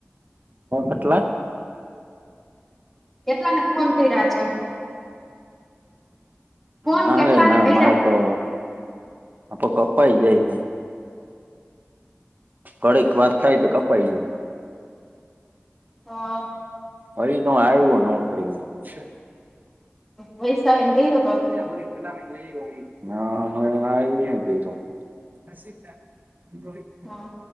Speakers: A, on the right (about 45°); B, in the centre.
A: એટલા
B: કેટલાને ફોન કર્યા આજે? ફોન
A: ના
B: કેટલાને
A: રે ના
B: કર્યા
A: મારે હા હા તો કપાઈ જાય હે ઘડીક વાત થાય તો કપાઈ જાય.
B: હા
A: ફરી તો આવ્યો નોકરી એ
B: વૈશાલીને કર્યો હતો અભી
A: હા <unintelligible> રોહિત
B: હા